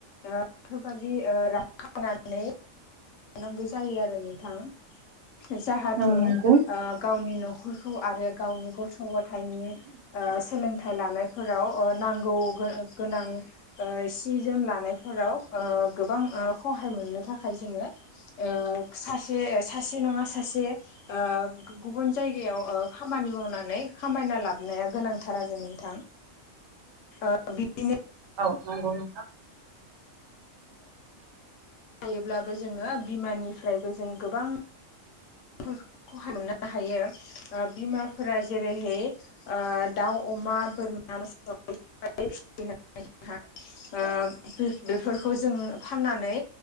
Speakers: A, on the left (about 70°); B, on the right (about 70°).
A: आ <unintelligible> फोरबादि ओ रां <unintelligible> जानांगौ जायो आरो नोंथां जाहाथे
B: औ नंगौ
A: ओ गावनि न'ख <unintelligible> आरो गावनि गथ' गथायनि ओ सोलोंथाइ लानाय फोराव ओ नांगौ गोगोनां ओ सि जोम लानायफोराव ओ गोबां ओ खहाय मोननो थाखाय जोङो ओ सासे सासे नङा सासे ओ गुबुन जायगायाव ओ खामानि मावनानै खामायना लाबनाया गोनांथार आरो नोंथां ओ बिदिनो
B: औ नंगौ नों
A: ओ <unintelligible> ब्लाबो जोङो बिमानिफ्रायबो जों गोबां <unintelligible> खहा मोननो हायो ओ बिमाफोरा जेरैहेय ओ दाउ अमा बोरमा मोसौ <unintelligible> फोरखौ जों फाननानै